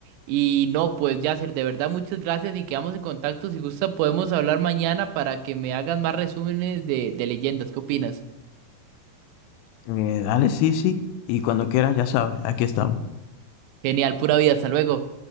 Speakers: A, on the right; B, on the left.
A: y no, pues Yasser, de verdad muchas gracias y quedamos en contacto. Si gusta podemos hablar mañana para que me hagas más resúmenes de, de leyendas. ¿Qué opinas?
B: Eh, dale, sí, sí. Y cuando quieras, ya sabes, aquí estamos.
A: Genial, pura vida, hasta luego.